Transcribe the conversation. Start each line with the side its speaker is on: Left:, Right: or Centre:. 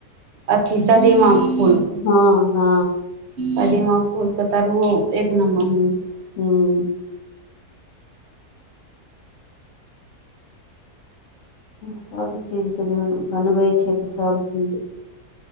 Right: अथि कदीमाक फुलके
Left: हँ हँ
Right: कदीमा फूलके तरुओ एक नम्बर
Left: हूँ
Right: होइ छै
Left: हूँ सभचीजके जहन बनबै छै तऽ सभचीज